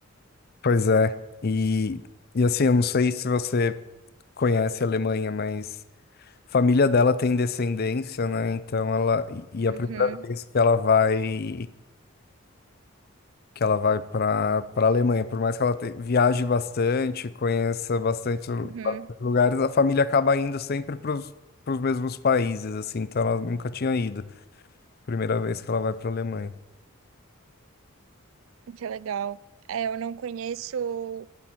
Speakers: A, on the left (about 45°); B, on the right (about 70°).
A: Pois é. E, e assim, eu não sei se você conhece a Alemanha, mas a família dela tem descendência, né? Então ela. E e a
B: Uhum,
A: primeira vez que ela vai que ela vai para para Alemanha. Por mais que ela te- viaje bastante, conheça bastante, lu-
B: uhum,
A: bastante lugares, a família acaba indo sempre para os mesmos países, assim. Então ela nunca tinha ido. Primeira vez que ela vai para Alemanha.
B: que legal. É, eu não conheço